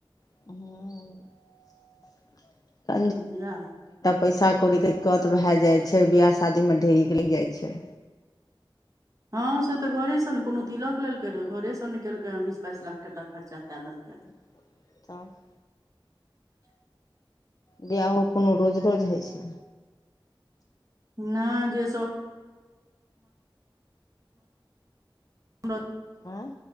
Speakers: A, on the left; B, on the right.
A: <inaudible> <unintelligible>
B: बुझलियै
A: पैसा कौड़ीके दिक्कत भए जाइ छै। बिआह शादीमे ढेर लागि जाइ छै।
B: हँ से तऽ घरे से ने कोनो तिलक लेलकै रहे घरे स ने केलकै हँ बीस बाइस लाख टका खर्चा कए देलकै।
A: <unintelligible>
B: <inaudible>
A: बियाहो कोनो रोज रोज होइ छै
B: ना जेसो <unintelligible>
A: आँ